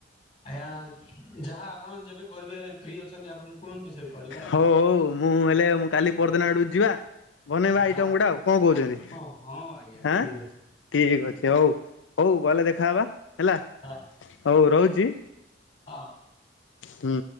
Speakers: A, on the left (about 30°); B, on the left (about 85°).
A: ଆଜ୍ଞା ଯାହା ଆପଣ ଯେବେ କହିବେ ଫି ଅଛନ୍ତି ଆପଣ କୁହନ୍ତୁ ସେବେ କରିବା।
B: ହଉ ହଉ ମୁଁ ହେଲେ ମୁଁ କାଲି ପରଦିନ ଆଡକୁ ଯିବା। ବନେଇବା
A: ହଁ।
B: ଆଇଟମ ଗୁଡା ଆଉ କଣ କହୁଛନ୍ତି
A: ହଁ ହଁ ଆଜ୍ଞା
B: ଆଁ?
A: ଠିକ ଅଛି
B: ଠିକ ଅଛି ହଉ ହଉ ଗଲେ ଦେଖାହବା ହେଲା।
A: ହଁ।
B: ହଉ ରହୁଛି।
A: ହଁ।
B: ହୁଁ।